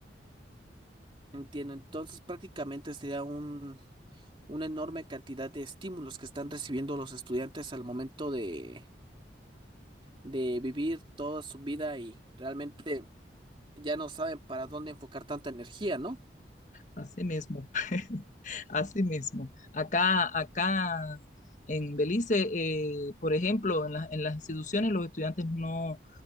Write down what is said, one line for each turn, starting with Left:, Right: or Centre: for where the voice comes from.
Right: Entiendo. Entonces, prácticamente sería un, una enorme cantidad de estímulos que están recibiendo los estudiantes al momento de de vivir toda su vida y realmente ya no saben para dónde enfocar tanta energía, ¿no?
Left: Así mismo, <laughs> así mismo. Acá, acá en Belice, eh, por ejemplo, en, la- en las instituciones los estudiantes no,